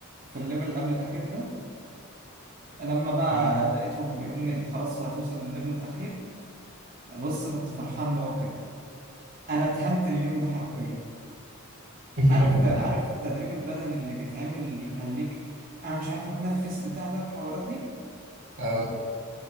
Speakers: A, on the right (about 45°); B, on the right (about 60°).
A: في الليفل اللي قبل الأخير ده لما بقى
B: أمم.
A: لقيتهم بيقول لي انت خلاص هتوصل للليفل الاخير بص كنت فرحان بقى وكده انا اتهنت اليوم ده حرفيا
B: <laughs>
A: عارف عارف التدريب البدني اللي بيتعمل اللي يخليك انا مش عارف اتنفس بتاع ده الحوارات دي
B: آه